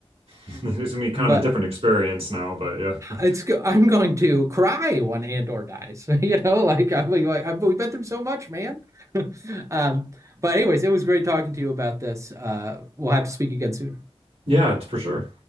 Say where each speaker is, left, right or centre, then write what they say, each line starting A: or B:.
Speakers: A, on the right; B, on the right.
A: <laughs> It's gonna be kind
B: But
A: of a different experience now, but yeah. <laughs>
B: it's I'm going to cry when Andor dies. <laughs> You know, like I'm like like, I've, we've been through so much, man. <laughs> Um, but anyways, it was great talking to you about this. Uh, we'll have to speak again soon.
A: Yeah, it's for sure.